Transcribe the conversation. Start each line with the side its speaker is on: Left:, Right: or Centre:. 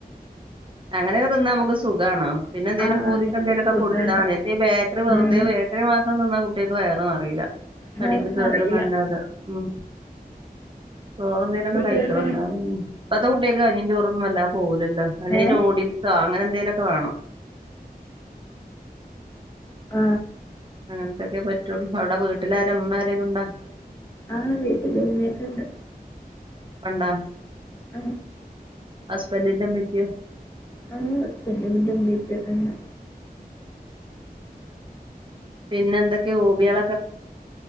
Right: അങ്ങനെക്കെ തിന്നാ നമുക്ക് സുഖാണോ പിന്നെ എന്തേലും
Left: ആഹ്
Right: പോതിക്ക്
Left: അങ്ങനെ
Right: എന്തേലുമൊക്കെ
Left: സുഖാണ്.
Right: കൊടുത്താതി. ഈ ബേക്കറി വെറുതേ
Left: ആഹ്
Right: ബേക്കറി മാത്രം തിന്നാ കുട്ട്യൾക്ക് വയറ് നിറയൂല്ല
Left: എന്നായിരുന്നു
Right: തടിക്ക് കേട്ന്നല്ലാതെ
Left: അറിയില്ല.
Right: ഉം ചോറ് എന്തേലൊക്കെ
Left: ഫുഡ്
Right: കഴിക്കണം
Left: കഴിക്കണോ?
Right: എന്ന ഇപ്പത്തെ കുട്ടികൊക്കെ കഞ്ഞി ചോറൊന്നും അല്ല പോകൂല്ലോ വല്ല
Left: ഏഹ്
Right: ന്യൂഡിൽസ് അങ്ങനെ എന്തേലുക്കെ വേണം
Left: ആ
Right: അങ്ങനന്തൊക്കെ പറ്റുള്ളൂ അവിടെ വീട്ടിലാര ഉമ്മ ആരേലുണ്ടാേ
Left: ആ വീട്ടില ഉമ്മയൊക്കെ ഇണ്ട്
Right: ഒണ്ടാ
Left: ആ
Right: ഹസ്ബൻഡന്റെ അമ്മ എത്തിയോ.
Left: ആ ഹസ്ബൻഡന്റെ ഉമ്മയും ഉപ്പയും ഒക്കെയുണ്ട്
Right: പിന്നെ എന്തൊക്കെയ ഓബികള